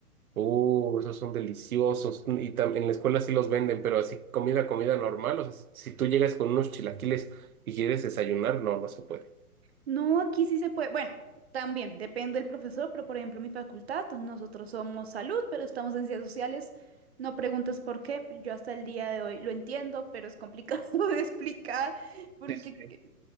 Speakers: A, on the right; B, on the right.
A: Uh, esos son deliciosos. Y tam- en la escuela sí los venden, pero así comida, comida normal. O sea, si, si tú llegas con unos chilaquiles y quieres desayunar, no, no se puede.
B: No, aquí sí se puede. Bueno, también depende del profesor, pero por ejemplo, mi facultad, pues, nosotros somos salud, pero estamos en ciencias sociales. No preguntes por qué. Yo hasta el día de hoy lo entiendo, pero es complicado <laughs> de explicar por
A: Sí, sí,
B: qué,
A: sí.